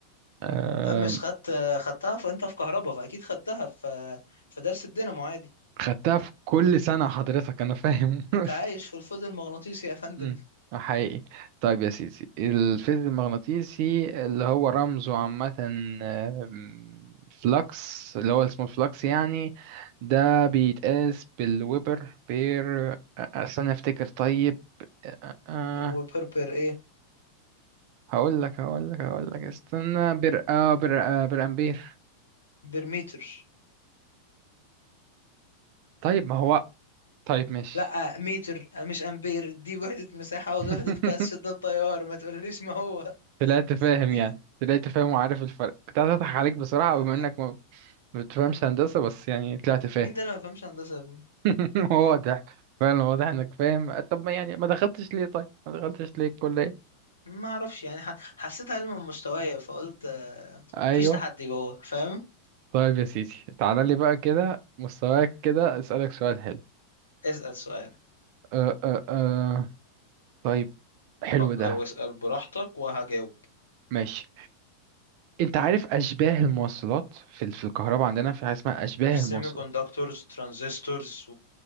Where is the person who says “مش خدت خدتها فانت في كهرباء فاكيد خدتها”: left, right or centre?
Left